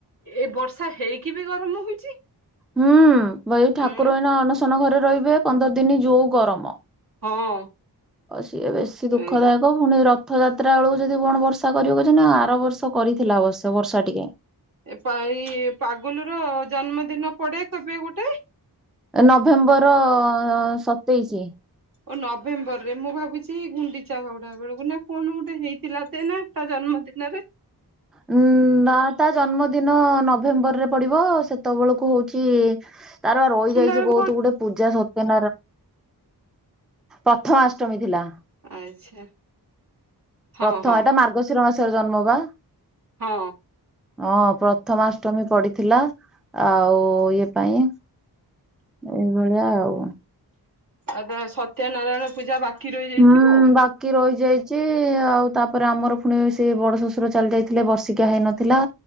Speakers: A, on the right (about 55°); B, in the centre.
A: ଏ ବର୍ଷା ହେଇକି ବି ଗରମ ହଉଛି।
B: ହୁଁ ଭାଇ ଠାକୁର
A: ଉଁ
B: ଏଇନା ଅଣସନ ଘରେ ରହିବେ ପନ୍ଦର ଦିନ ଯୋଉ ଗରମ
A: ହଁ
B: ସିଏ ବେଶୀ ଦୁଃଖଦାୟକ
A: ଏ
B: ପୁଣି ରଥ ରଥଯାତ୍ରା ବେଳକୁ ଯଦି କଣ ବର୍ଷା କରିବ କହୁଛ ନା ଆର ବର୍ଷ କରିଥିଲା ଅବଶ୍ୟ ବର୍ଷା ଟିକେ
A: ଏ ଏଇ ପାଗୁଲ ର ଜନ୍ମଦିନ ପଡେ କେବେ ଗୋଟେ
B: ନଭେମ୍ବର ଅ ଅ ସତେଇଶି
A: ଓ ନଭେମ୍ବର ରେ ମୁଁ ଭାବୁଛି ଗୁଣ୍ଡିଚା ବାହୁଡା ବେଳକୁ ନା କଣ ଗୋଟେ ହେଇଥିଲା ତ ନା ତା ଜନ୍ମ <inaudible>
B: ହୁଁ। ନା ତା ଜନ୍ମଦିନ ନଭେମ୍ବରରେ ପଡିବ ସେତେବେଳକୁ ହଉଛି ତାର ରହିଯାଇଛି
A: ହେଲା ବେଳକୁ
B: ବହୁତ ଗୁଡେ ପୂଜା ସତ ପ୍ରଥମାଷ୍ଟମୀ ଥିଲା।
A: କଣ ଆଚ୍ଛା। ହଁ
B: ପ୍ରଥମ
A: ହଁ
B: ଏଟା ମାର୍ଗଶିର ମାସର ଜନ୍ମ ବା
A: ହଁ
B: ହଁ। ପ୍ରଥମାଷ୍ଟମୀ ପଡିଥିଲା, ଆଉ ଇଏ ପାଇଁ ଏଇଭଳିଆ ଆଉ।
A: ଆଉ ତା ସତ୍ୟନାରାୟଣ ପୂଜା ବାକି ରହିଯାଇଥିବ
B: ହୁଁ ବାକି ରହିଯାଇଛି ଆଉ ତାପରେ ଆମର ପୁଣି ସେ ବଡ ଶ୍ୱଶୁର ଚାଲି ଯାଇଥିଲେ ବର୍ଷିକିଆ ହେଇନଥିଲା।